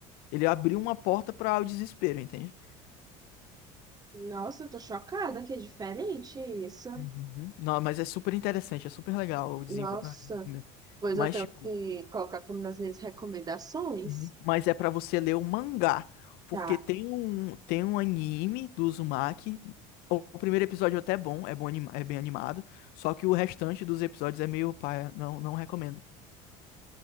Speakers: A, on the left; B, on the right.
A: Ele abriu uma porta para o desespero, entende?
B: Nossa, eu tô chocada que é diferente isso.
A: Uhum. Não, mas é super interessante, é super legal o desenvol-
B: Nossa,
A: o desenvolvimento.
B: pois
A: Mas,
B: eu tenho
A: tipo,
B: que colocar como nas minhas recomendações.
A: Uhum. Mas é pra você ler o mangá, porque
B: Tá,
A: tem um tem um anime do Uzumaki. O o primeiro episódio até é bom, é bom, anima- é bem animado, só que o restante dos episódios é meio paia, não não recomendo.